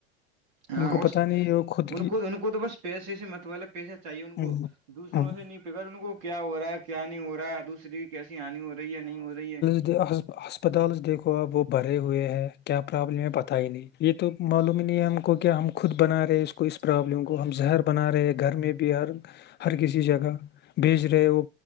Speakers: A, on the right (about 70°); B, on the left (about 35°).
A: ہاں
B: ان کو
A: اس
B: پتہ نہیں ہے وہ خود
A: ان
B: کی
A: کو تو ان کو تو بس پیسے سے مت وال پیسہ چاہیے ان کو
B: ہوں
A: دوسروں
B: ہوں
A: سے نہیں فکر ان کو کیا ہو رہا ہے کیا نہیں ہو رہا ہے دوسری کیسی ہانی ہو رہی ہےیا نہیں ہو رہی ہے
B: ہسپتال دیکھو آب وہ بھرے ہوئے ہیں کیا پرابلم ہے پت ہی نہیں یہ تو معلوم ہی نہیں ہے ہم کو کیا ہم خود بنا رہے ہیں اس کو اس پرابلم کو ہم زہر بنا رہے ہیں گھر میں بھی ہر ہر کسی جگہ بھیج رہے وہ